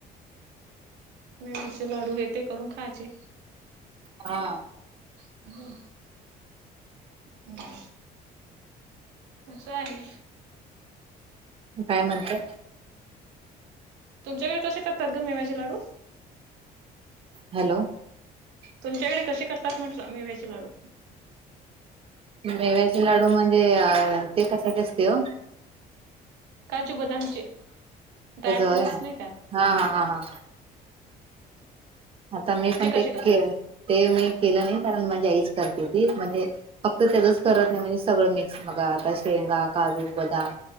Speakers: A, on the right (about 80°); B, on the right (about 35°).
A: मचे लाडू हे ते करून खायचे.
B: हा.
A: हो. हम. तसं आहे.
B: काय म्हणते.
A: तुमच्याकडे कसे करतात ग मेवाचे लाडू.
B: हॅलो.
A: तुमच्याकडे कसे करतात म्हटलं मेव्याचे लाडू.
B: मेव्याचे लाडू म्हणजे अ ते कशचे असते हो.
A: काजू बदामचे. ड्रायफ्रूट्स
B: तसं होय
A: नाही का
B: हा हा हा. आता मी पण
A: कसे
B: ते
A: करतात?
B: के ते मी केलं नाही कारण माझी आईच करते ती म्हणजे फक्त त्याचच करत नाही म्हणजे सगळं मिक्स मग. ता संगा <unintelligible> काजू बदाम